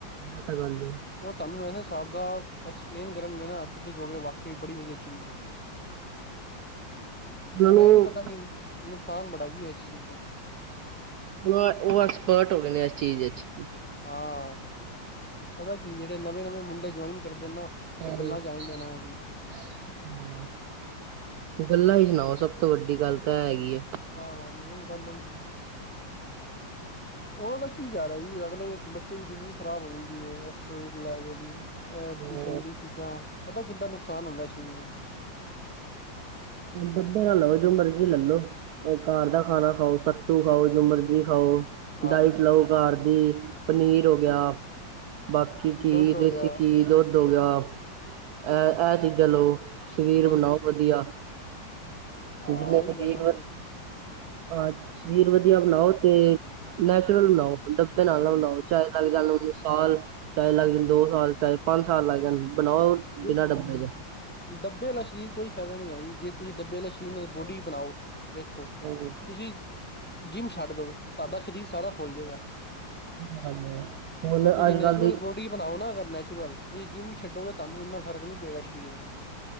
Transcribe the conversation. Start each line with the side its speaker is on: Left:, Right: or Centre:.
Right: ਏ ਤਾਂ ਗੱਲ ਏ
Centre: ਉਹ ਤੁਹਾਨੂੰ ਇਸ ਹਿਸਾਬ ਦਾ ਏਕਸਪਲੇਨ ਕਰਨਗੇ ਨਾ, ਤੁਸੀਂ ਕਹੋਗੇ ਵਾਕਈ ਬੜੀ ਵਧੀਆ ਚੀਜ਼ ੲ
Right: ਉਹਨਾਂ
Centre: ਪਰ
Right: ਨੂੰ
Centre: ਐ ਨੀ ਪਤਾ ਕਿ ਨੁਕਸਾਨ ਬੜਾ ਜੀ ਐ ਇਸ ਚੀਜ਼ ਦਾ
Right: ਬ-ਏ-ਉਹ ਐਕਸਪਰਟ ਹੋ ਗਏ ਨੇ ਇਸ ਚੀਜ਼ ਇਚ
Centre: ਹਾਂ ਪਤਾ ਏ ਕੀ ਜਿਹੜੇ ਨਵੇਂ-ਨਵੇਂ ਮੁੰਡੇ ਜੁਆਇਨ ਕਰਦੇ ਨਾ
Right: ਪੈਲਸ।
Centre: ਉਹ ਗੱਲਾਂ ਚ ਆ ਜਾਂਦੇ ਨੇ ਇਹਨਾਂ ਦੀ
Right: <unintelligible> ਹੂੰ। ਗੱਲਾਂ ਈ ਸੁਣਾਓ ਸਭ ਤੋਂ ਵੱਡੀ ਗੱਲ ਤਾਂ ਹੈਗੀ ਏ
Centre: ਆਹ ਵ ਹੁਣ ਗੱਲ ਹੋਈ ਆ। ਉਹ ਤਾਂ ਕੀ ਜ਼ਿਆਦਾ ਜੀ ਅਗਲੇ ਹੈ ਕਿ ਬੱਚੇ ਦੀ ਜ਼ਿੰਦਗੀ ਖਰਾਬ ਹੋ ਜਾਂਦੀ ਹੈ, ਐਸਟ੍ਰੋਇਡ ਲੈ ਕੇ ਬੀ ਏਦੀ
Right: ਹੋਰ
Centre: ਗੰਦੀ ਚੀਜ਼ਾਂਪਤਾ ਕਿੱਦਾਂ ਨੁਕਸਾਨ ਹੁੰਦਾ ਸਰੀਰ ਨੂੰ
Right: ਦੱਬੇ ਨ ਲਵੋ ਜੋ ਮਰਜ਼ੀ ਲੈਲੋ ਘਰ ਦਾ ਖਾਣਾ ਖਾਓ, ਸੱਤੂ ਖਾਓ, ਜੋ ਮਰਜ਼ੀ ਖਾਓ
Centre: ਹਾਂ
Right: ਡਾਇਟ ਲਓ ਘਰ ਦੀ, ਪਨੀਰ ਹੋ ਗਿਆ ਬਾਕੀ ਘੀ
Centre: ਦੁੱਧ ਹੋ
Right: ਦੇਸੀ
Centre: ਗਿਆ
Right: ਘੀ, ਦੁੱਧ ਹੋ ਗਿਆ, ਇਹ-ਇਹ ਚੀਜ਼ਾਂ ਲਓ ਸ਼ਰੀਰ
Centre: ਉਹੀ
Right: ਬਣਾਓ
Centre: ਤੇ,
Right: ਵਧੀਆ
Centre: ਹਾਂ
Right: ਜਿਵੇੇ
Centre: ਉਹੀ
Right: ਸ਼ਰੀਰ
Centre: ਗੱਲ ਹੈ
Right: ਵ ਹਾਂ ਸ਼ਰੀਰ ਵਧੀਆ ਬਣਾਓ ਤੇ ਨੈਚੁਰਲ ਬਣਾਓ। ਡਬੇ ਨਾਲ ਨਾ ਬਣਾਉ ਚਾਏ ਲੱਗ ਜਾਣ <unintelligible> ਸਾਲ ਚਾਹੇ ਲੱਗ ਜਾਣ ਦੋ ਸਾਲ ਚਾਹੇ ਪੰਜ ਸਾਲ ਲੱਗ ਜਾਣ, ਬਣਾਓ
Centre: ਜੇ
Right: ਬਿਨਾਂ
Centre: <unintelligible>
Right: ਡੱਬੇ ਦੇ
Centre: ਡੱਬੇ ਵਾਲਾ ਸਰੀਰ ਕੋਈ ਫਾਇਦਾ ਨਹੀਂ ਹੈ ਜੀ ਜੇ ਤੁਸੀਂ ਡੱਬੇ ਵਾਲੇ ਸਰੀਰ ਨਾਲ ਬੋਡੀ ਬਣਾਓ ਵੇਖੋ
Right: <inaudible>
Centre: ਤੁਸੀਂ ਜਿੰਮ ਛੱਡ ਦਓ ਤੁਹਾਡਾ ਸਰੀਰ ਸਾਰਾ ਫੁੱਲ ਜਾਏਗਾ।
Right: ਹਮ ਹੁਣ
Centre: ਉਹ ਤੁਸੀਂ
Right: ਅੱਜ
Centre: ਨੈਚੁਰਲ
Right: ਕੱਲ ਦੀ
Centre: ਬੋਡੀ ਬਣਾਓ ਨਾ ਅਗਰ ਨੈਚੁਰਲ ਤੁਸੀਂ ਜਿੰਮ ਵੀ ਛੱਡੋਗੇ ਤੁਹਾਨੂੰ ਇੰਨਾ ਫਰਕ ਨੀ ਪਏਗਾ ਸਰੀਰ ਨਾਲ।